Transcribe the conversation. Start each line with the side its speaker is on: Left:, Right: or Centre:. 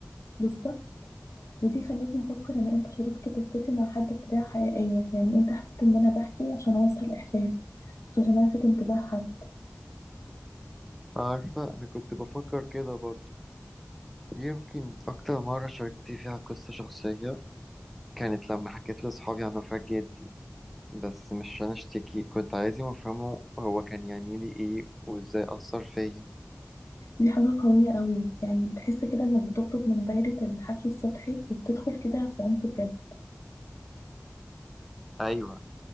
Left: بالظبط ودي خلتني افكر انا امتى شاركت قصتي مع حد بطريقة حقيقية يعني امتى حسيت ان انا بحكي عشان اوصل احساس مش عشان الفت انتباه حد
Centre: عارفة أنا كنت بفكر كده برضو يمكن أكتر مرة شاركت فيها قصة شخصية كانت لما حكيت لأصحابي عن وفاة جدي بس مش عشان أشتكي كنت عايزهم يفهموا هو كان يعني لي إيه وإزاي أثر فيا
Left: دي حاجة قوية قوي يعني بتحس كده انك بتخرج من دايرة الحكي السطحي وبتدخل كده في عمق بجد
Centre: أيوة